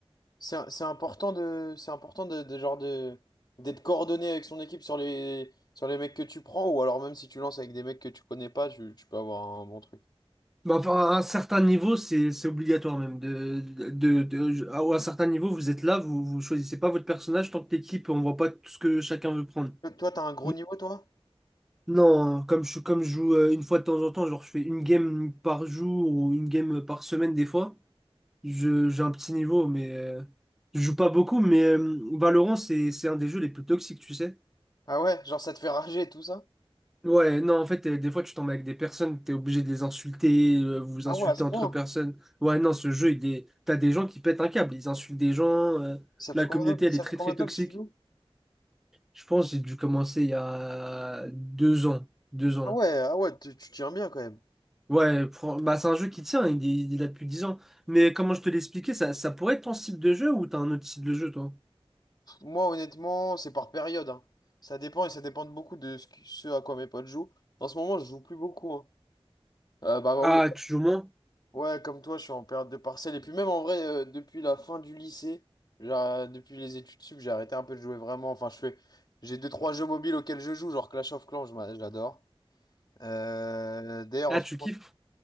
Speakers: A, on the left; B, in the centre.
A: C'est, c'est important de, c'est important de, de genre de, d'être coordonné avec son équipe sur les, sur les mecs que tu prends, ou alors même si tu lances avec des mecs que tu connais pas, tu, tu peux avoir un bon truc.
B: Bah, enfin, à un certain niveau, c'est c'est obligatoire même. De, de, de, de- à un certain niveau, vous êtes là, vous, vous choisissez pas votre personnage tant que l'équipe, on voit pas tout ce que chacun veut prendre.
A: Euh, Toi, t'as un gros
B: Mais
A: niveau, toi?
B: non, hein, comme je, comme je joue euh, une fois de temps en temps, genre je fais une game par jour ou une game par semaine des fois, je, j'ai un petit niveau, mais euh, je joue pas beaucoup, mais euh, Valorant, c'est, c'est un des jeux les plus toxiques, tu sais.
A: Ah ouais, genre ça te fait rager et tout ça?
B: Ouais, non, en fait, euh, des fois, tu tombes avec des personnes, t'es obligé de les insulter, euh, vous vous
A: Ah
B: insultez
A: ouais, à ce point?
B: entre personnes. Ouais, non, ce jeu, il est... t'as des gens qui pètent un câble, ils insultent des gens, euh,
A: Ça fait
B: la
A: combien
B: communauté,
A: de temps, que-
B: elle
A: ça
B: est très,
A: fait combien
B: très
A: de
B: toxique.
A: temps que tu joues?
B: Je pense que j'ai dû commencer il y a deux ans, deux ans.
A: Ah ouais, ah ouais, tu, tu tiens bien quand même.
B: Ouais, fran- bah, c'est un jeu qui tient, il est, il a plus de dix ans. Mais comment je te l'expliquais, ça, ça pourrait être ton style de jeu ou t'as un autre style de jeu, toi?
A: Pff, Moi, honnêtement, c'est par période, hein. Ça dépend et ça dépend de beaucoup de ce, qui- ce à quoi mes potes jouent. En ce moment, je joue plus beaucoup, hein. Euh, bah, bah
B: Ah,
A: oui,
B: tu joues moins?
A: Ouais, comme toi, je suis en période de partiel. Et puis même en vrai, euh, depuis la fin du lycée, genre, depuis les études sup, j'ai arrêté un peu de jouer vraiment. Enfin, je fais, j'ai deux, trois jeux mobiles auxquels je joue, genre Clash of Clans, je m'a- je l'adore. Euh, D'ailleurs,
B: Ah,
A: en ce
B: tu
A: moment,
B: kiffes?